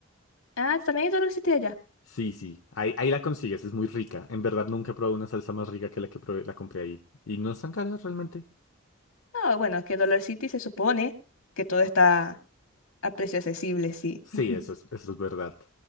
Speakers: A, on the left (about 85°); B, on the left (about 70°).
A: Ah, también hay Dollar City allá.
B: Sí, sí, ahí, ahí la consigues, es muy rica. En verdad nunca he probado una salsa más rica que la que probé- la compré ahí. Y no es tan cara realmente.
A: No, bueno, es que Dollar City se supone que todo está a precio accesible, sí.
B: Sí,
A: <laughs>
B: eso es, eso es verdad.